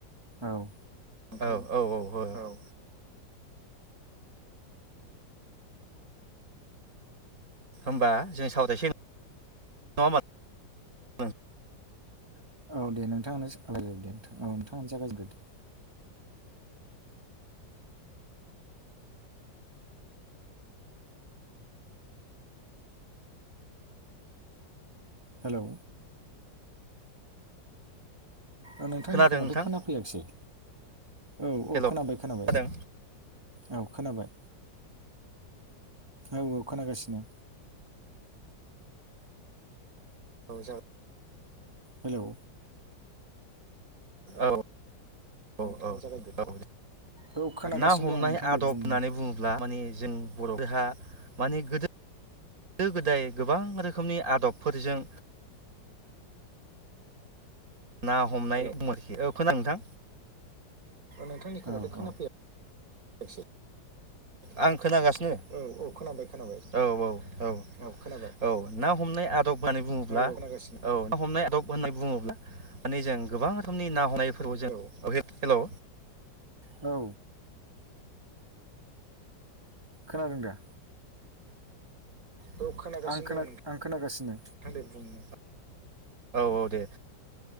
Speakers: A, on the right (about 15°); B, on the right (about 50°).
A: औ।
B: औ-औ-औ-औ-औ। होमबा जों सावरायसै नङा? <unintelligible>
A: औ दे नोंथाङानो सावरायग्रोदो दे नोंथां औ नोंथाङानो जागायजेनग्रोदो। हेलौ। ओ नोंथांनिखौ
B: खोनादों
A: माथो
B: नोंथां
A: खोनाफैयाखिसै? औ-औ
B: हेलौ
A: खोनाबाय-खोनाबाय
B: खोनादों
A: औ खोनाबाय। औ-औ खोनागासिनो।
B: औ-औ जागो।
A: हेलौ।
B: औ-औ-औ-औ। ओ
A: औ खोनागासिनो
B: ना हमनाय
A: दं आं नोंथां
B: आदब
A: दे बुंनो
B: होननानै बुङोब्ला माने। जों बर'फोरहा माने गोदो। गोदो-गोदाय गोबां रोखोमनि आदबफोरजों। ना हमनाय दङ' आरोखि। औ खोनादों नोंथां? नोंथांनिखौ
A: औ
B: माथो खोनाफैया।
A: औ
B: <unintelligible> आं खोनागासिनो औ-औ खोन खोनाबाय औ-औ-औ-औ खोनाबाय औ ना हमनाय आदब। <unintelligible> बुङोब्ला औ ना हमनाय आदब होननानै बुङोब्ला माने जों गोबां रोखोमनि ना हमनाय फोरबो। जों हे-हेलौ।
A: औ। खोनादों दा?
B: औ खोनागासिनो
A: आं खोना
B: दं नोंथां
A: आं खोनागासिनो
B: दे बुं नों। औ-औ दे।